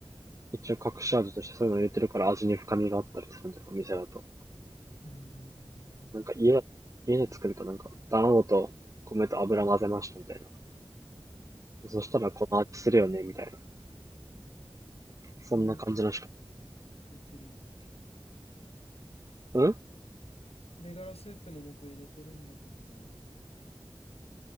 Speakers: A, on the right (about 35°); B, on the left (about 85°).
A: 一応隠し味としてそういうの入れてるから味に深みがあったりするんじゃないお店だと。
B: うーん。
A: なんか家だ、家で作るとなんか、卵と米と油混ぜましたみたいな。そしたらこの味するよね、みたいな。そんな感じのしか。
B: 鶏ガラスープ入れてるんだけど。
A: うん
B: 鶏ガラスープの素入れてるんだけどな。こ